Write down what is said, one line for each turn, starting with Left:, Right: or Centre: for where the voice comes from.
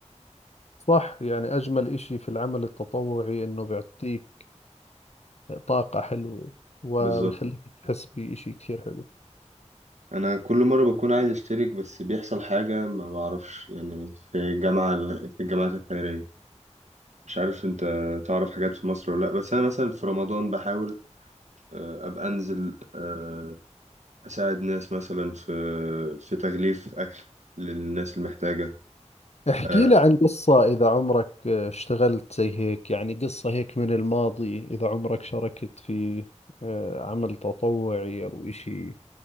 Left: صح يعني أجمل إشي في العمل التطوعي إنه بيعطيك طاقة حلوة وبيخليك
Right: بالظبط
Left: تحس بإشي كثير حلو
Right: انا كل مره بكون عايز اشترك بس بيحصل حاجه ما بعرفش يعني في الجامعه في الجامعات الخيريه مش عارف انت تعرف حاجات في مصر ولا لا بس انا مثلا في رمضان بحاول آه، ابقى انزل آه، اساعد ناس مثلا في في تغليف اكل للناس المحتاجه
Left: احكي
Right: آه،
Left: لي عن قصة إذا عمرك آه، اشتغلت زي هيك يعني قصة هيك من الماضي إذا عمرك شاركت في آه، عمل تطوعي أو إشي